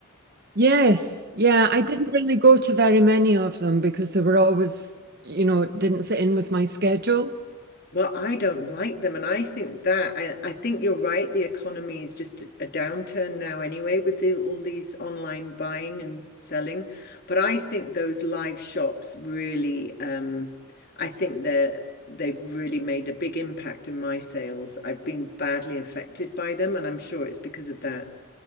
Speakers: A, on the right; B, on the left.
A: Yes, yeah, I didn't really go to very many of them because they were always, you know, it didn't fit in with my schedule.
B: Well, I don't like them, and I think that I, I think you're right. The economy is just a downturn now anyway with the, all these online buying and selling. But I think those live shops really, um, I think they're they've really made a big impact in my sales. I've been badly affected by them, and I'm sure it's because of that.